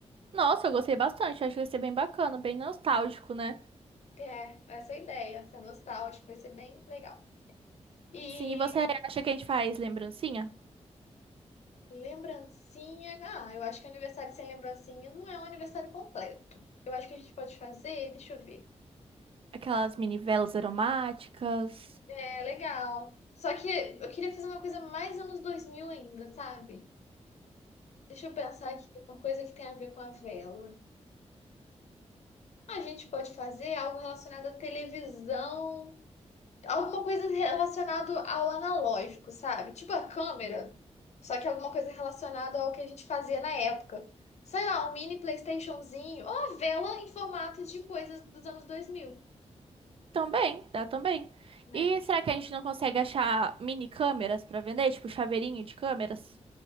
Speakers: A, on the right; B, on the left.
A: Nossa, eu gostei bastante. Acho que vai ser bem bacana, bem nostálgico, né?
B: É, essa é a ideia, essa é nostálgica, vai ser bem legal. E
A: Sim, e você acha que a gente faz lembrancinha?
B: Lembrancinha. Ah, eu acho que aniversário sem lembrancinha não é um aniversário completo. Eu acho que a gente pode fazer, deixa eu ver.
A: Aquelas mini velas aromáticas.
B: É, legal. Só que eu queria fazer uma coisa mais anos 2000 ainda, sabe? Deixa eu pensar aqui, uma coisa que tem a ver com a vela. A gente pode fazer algo relacionado à televisão. alguma coisa relacionada ao analógico, sabe? Tipo a câmera, só que alguma coisa relacionada ao que a gente fazia na época. Sei lá, um mini PlayStationzinho, ou uma vela em formato de coisas dos anos dois mil
A: Também, dá também.
B: né?
A: E será que a gente não consegue achar mini câmeras pra vender? Tipo, chaveirinho de câmeras?